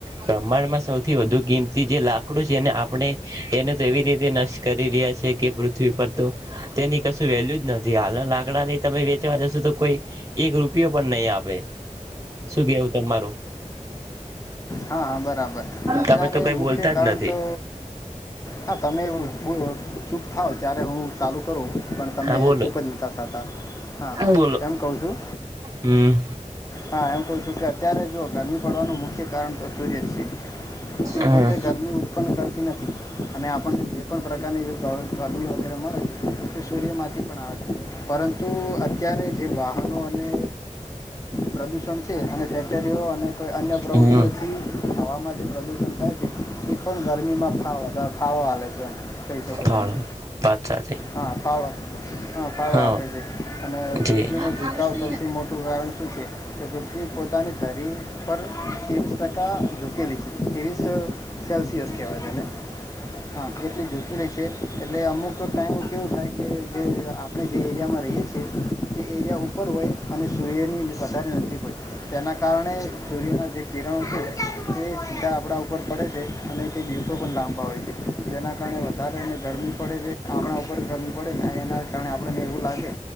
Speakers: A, on the right (about 25°); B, on the left (about 25°).
A: પ્રમાણમાં સૌથી વધુ કિંમતી જે લાકડું છે એને આપણે એને તો એવી રીતે નષ્ટ કરી યા છે કે પૃથ્વી પર તો તેની કસુ વેલ્યુ જ નથી હાલના લાકડા ની તમે વેચવા જશો તો કો ઈ એક રૂપિયો પણ નહી આપે, શું કેવું તમારું?
B: હા હા બરાબર, અત્યારે
A: તમે તો કઈ
B: મુખ્ય
A: બોલતા
B: કારણ
A: જ નથી
B: તો હા તમે હમ્મ બોલો ચૂપ થાવ ત્યારે હું ચાલુ કરું, પણ તમે
A: હા બોલો
B: ચૂપ જ નતા થા તા, હા હા,
A: બોલો
B: કેમ કવ છું
A: હમ
B: હા એમ કઉ છું કે અત્યારે જો ગરમી પડવાનું મુખ્ય કારણ તો સૂર્ય જ છે. તે
A: હમ
B: પોતે ગરમી ઉત્પન્ન કરતી નથી, અને આપણને જે પણ પ્રકારની ગ ગરમી વગેરે મળે છે. તે સૂર્યમાંથી પણ આવે, પરંતુ અત્યારે જે વાહનો અને પ્રદુષણ છે અને ફેક્ટરીઓ અને કોઈ અન્ય
A: હમ
B: <unintelligible> થી હવામાં જે પ્રદૂષણ થાય છે, એ પણ ગરમીમા ફાડ વધારે ફાળો આલે છે કહી શકો
A: ફાળો
B: તમે,
A: વાત સાથે
B: હા ફાળો ફાળો
A: હા
B: આપે છે અને
A: જી.
B: પૃથ્વી નુ ધૂકાવ સૌથી મોટું કારણ શું છે, કે પૃ થ્વી પોતાની ધરી ઉપર ત્રેવીસ ટકા જુકેલી છે, ત્રેવીસ સેલ્સિયસ કેહવાય તેને. હા એટલી જુકી રહી છે, એટલે અમુક ટાઈમ કેવું થાય કે જે આપણે જે એરિયામાં રહીયે છે, તે એરિયા ઉપર હોય અને સૂર્યની વધારે નજીક હોય, તેના ના કારણે સૂર્યના જે કિરણો છે, એ સીધા આપણા ઉપર પડે છે અને તે દિવસો પણ લાંબા હોય છે જેના કારણે વધારેને ગરમી પડે છે. આપણાં ઉપર ગરમી પડે અને એના કારણે આપણને એવું લાગે,